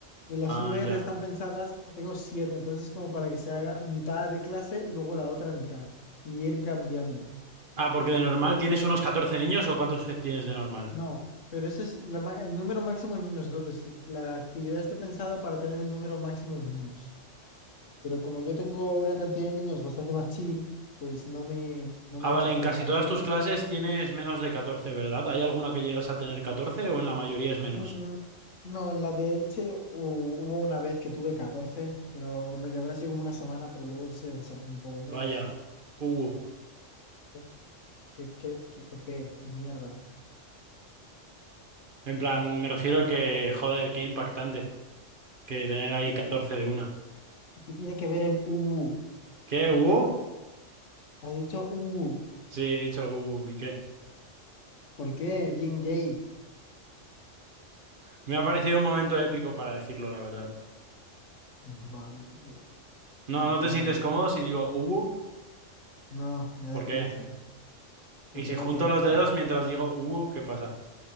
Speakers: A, on the left (about 75°); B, on the right (about 45°).
A: Y las
B: Ah,
A: VR
B: ya.
A: están pensadas, tengo siete, entonces como para que se haga mitad de clase y luego la otra mitad. Y ir cambiando.
B: Ah, porque de normal tienes unos 14 niños o cuántos tienes de normal?
A: No, pero ese es la ma- el número máximo de niños. Entonces, la actividad está pensada para tener el número máximo de niños. Pero como yo tengo una cantidad de niños bastante más chill, pues no me, no
B: Ah,
A: me ha
B: vale,
A: hecho falta
B: en casi todas
A: hacer.
B: tus clases tienes menos de catorce, ¿verdad? ¿Hay alguna que llegas a tener 14 o en la mayoría es menos?
A: Mm, No, en la de Elche hu- hubo una vez que tuve 14, pero rollo habrá sido como una semana, pero luego se desapuntó uno
B: Vaya.
A: o así.
B: Uh.
A: ¿Qué, qué, qué, qué- por qué? ¿Qué mierda?
B: En plan, me refiero que, joder, qué impactante que tener ahí
A: ¿Y
B: 14 de una.
A: qué tiene que ver el ubu?
B: ¿Qué hubo?
A: Has dicho ubu.
B: Sí, he dicho, uh, ¿y qué?
A: ¿Por qué? Bien gay.
B: Me ha parecido un momento épico para decirlo, la verdad.
A: Vale, tío,
B: No,
A: lo
B: ¿no
A: que
B: te
A: tú
B: sientes
A: digas.
B: cómodo si digo, uh?
A: No, me da
B: ¿Por
A: cringe.
B: qué?
A: Porque
B: Y si junto
A: da cringe.
B: los dedos mientras digo, uh, ¿qué pasa?